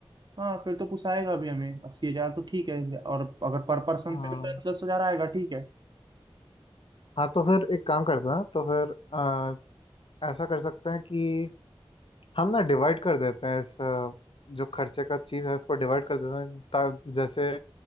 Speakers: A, on the right (about 50°); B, on the left (about 65°).
A: हाँ फिर तो पुसाएगा भी हमें अस्सी हजार तो ठीक है और अगर पर पर्सन
B: हाँ
A: पे तो दस दस हजार आएगा ठीक है
B: हाँ तो फिर एक काम करते हैं तो फिर अ, ऐसा कर सकते हैं कि हम ना डिवाइड कर देते हैं इस अ, जो खर्चे का चीज़ है इसको डिवाइड कर देते हैं ता, जैसे